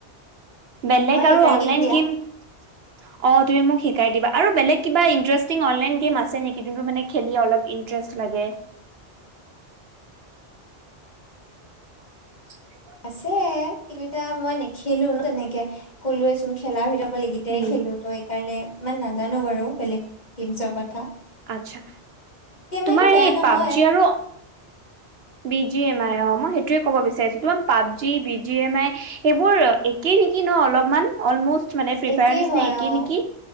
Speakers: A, on the right; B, on the left.
A: বেলেগ
B: মই
A: আৰু
B: শিকাই
A: অনলাইন
B: দিম দিয়া
A: গেম অ তুমি মোক শিক শিকাই দিবা আৰু বেলেগ কিবা ইণ্টাৰেষ্টিং অনলাইন গেম আছে নেকি যুনবোৰ মানে খেলি অলপ ইণ্টাৰেষ্ট লাগে। <unintelligible> <unintelligible>
B: আছে কিন্তু এতিয়া মই নেখেলো ন তেনেকে ক'লোৱেচোন খেলাৰ ভিতৰ। অকলকেইটাই
A: উম,
B: খেলো তো সেইকাৰণে ইমান নাজানোঁ বাৰু বেলেগ গেমছৰ ক
A: আচ্ছা তোমাৰ
B: আইও বেয়া
A: এই
B: নহয়
A: পাবজি আৰু। বি জি এম আই অ মই সেইটোৱে ক'ব বিচাৰিছোঁ তোমাৰ PUBG B G M I সেইবোৰ একেই নেকি? ন অলপমান অলমষ্ট মানে ফ্ৰী
B: একেই
A: ফায়াৰ নিচিনা
B: হয়
A: একে
B: অ
A: নেকি?